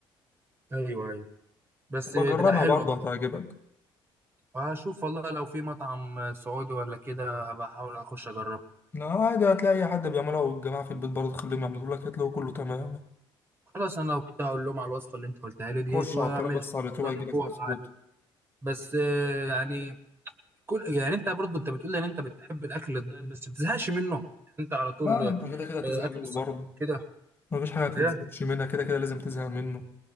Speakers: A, on the right; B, on the left.
A: ايوه ايوه بس
B: بجربها
A: تبقى حلوه
B: برضه هتعجبك
A: بقى هشوف والله لو في مطعم سعودي ولا كده هبقى احاول اخش اجربه
B: لا عادي هتلاقي أي حد بيعملها والجماعة في البيت برضه تخليهم يعملوا لك هتلاقوا كله تمام
A: خلاص انا لو كده هقول لهم على الوصفه اللي انت قلتها لي ديت
B: خش
A: واعملها
B: على الطريق بس على اليوتيوب
A: جربوها
B: هيجيلك مظبوط
A: عادي. بس آه، يعني كل يعني انت برضو انت بتقول لي ان انت بتحب الاكل الدايت بس ما بتزهقش منه يعني انت على طول
B: لا
A: آه،
B: انت كده كده هتزهق
A: اكل
B: منه
A: صح
B: برضه
A: كده
B: مفيش حاجه بتتزهقش
A: ايه
B: منها كده كده لازم تزهق منه